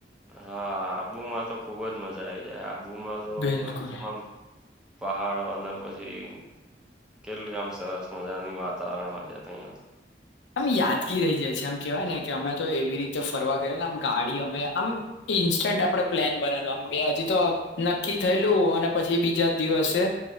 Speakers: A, in the centre; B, on the left (about 85°).
A: હા, આબુમાં તો ખુબ જ મજા આઈ જાય આબુમાં તો
B: બિલકુલ
A: તમામ પહાડો અને પછી કેટલી આમ સરસ મજાની વાતાવરણ હોય તહીંયા તો
B: આમ યાદગી રહી જાય છે આમ કેહેવાય ને કે અમે તો એવી રીતે ફરવા ગએ ને આમ ગાડી અમે આમ ઈન્સ્ટન્ટ આપડે પ્લેન બનેલો આમ હજી તો નક્કી થયેલું અને પછી બીજા દિવસે